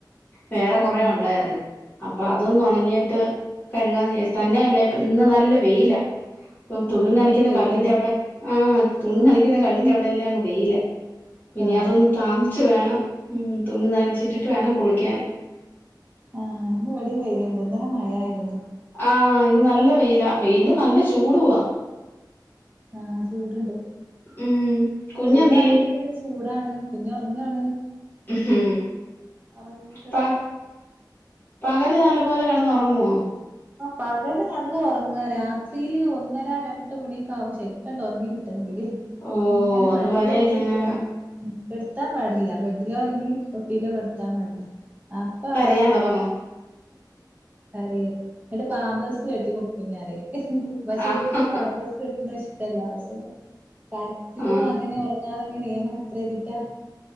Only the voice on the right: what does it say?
ആഹ്
ആഹ്
ഇവിടെയും വെയിലാണ്
ആഹ്
ആഹ ന്ന് വടി വെയില്ണ്ട് ഇന്നലെ മഴായായിരുന്നു.
ആഹ ചൂട്ണ്ട്
വെയിലാണെങ്കി പിന്നെ ചൂടാണ് പിന്നെ ഒറങ്ങാണ്.
ഒറങ്ങീക്ക്ണ്
പകല കടന്ന് ഉറങ്ങാ രാത്രിയില് ഒന്നര രണ്ട മണിയൊക്കെ ആകും ശരിക്ക ഉറങ്ങി കിട്ടണം ഇ
ഇങ്ങനെ
മടിൽ വെച്ചിരിക്കണം
കെടുത്താൻ പാടില്ല ബെഡിലോ അല്ലെങ്കിൽ തൊട്ടിയിലോ കടത്ത കത്താൻ പാടില്ല അപ്പൊ
എളകും
കരയും എന്നിട്ട് പാബേസ് കെട്ടി കൊടുക്കുന്ന പക്ഷെ
എനിക്ക് പാബേസ് ന്നും ഇഷ്ടല്ല പക്ഷെ കരച്ചിലും
അങ്ങനെ ഉറങ്ങാതെ ഇങ്ങനെമ്മടെ എത്രതിറ്റാ